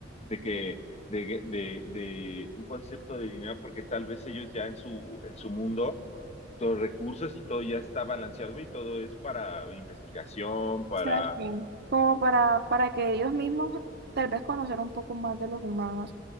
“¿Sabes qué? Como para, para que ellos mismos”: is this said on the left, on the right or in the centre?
Right